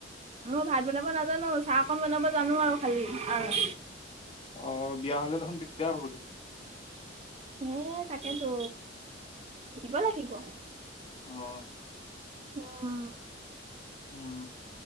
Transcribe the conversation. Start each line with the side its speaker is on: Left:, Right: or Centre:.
Right: মই ভাত বনাব নাজানো চাহ অকণ বনাব জানো আৰু খালি আৰু।
Left: অ বিয়া হ'লে দেখোন দিগদাৰ হ'ব তহ।
Right: হে তাকেতো দিব লাগিব।
Left: অ
Right: উম।
Left: উম।